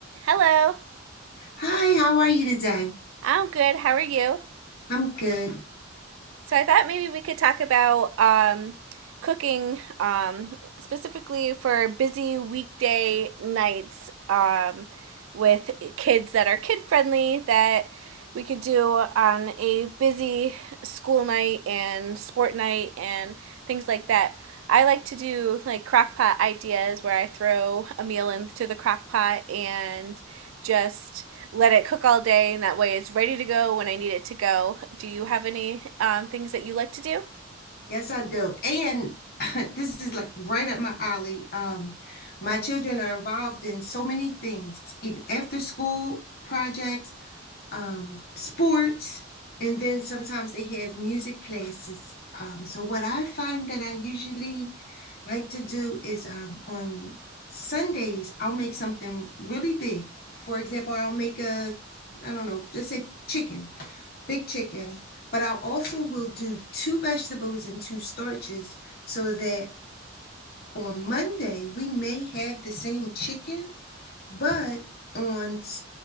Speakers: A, on the right; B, on the left.
A: Hello.
B: Hi, how are you today?
A: I'm good. How are you?
B: I'm good.
A: So I thought maybe we could talk about um, cooking um, specifically for busy weekday nights um, with kids that are kid friendly that we could do on a busy school night and sport night and things like that. I like to do like crock pot ideas where I throw a meal into the crock pot and just let it cook all day, and that way it's ready to go when I need it to go. Do you have any um, things that you like to do?
B: Yes, I do. And <laughs> this is like right up my alley. Um, my children are involved in so many things, even after school projects, um, sports, and then sometimes they have music classes. Um, so what I find that I usually like to do is um, on Sundays, I'll make something really big. For example, I'll make a, I don't know, just say chicken. big chicken, but I also will do two vegetables and two starches so that on Monday we may have the same chicken, but on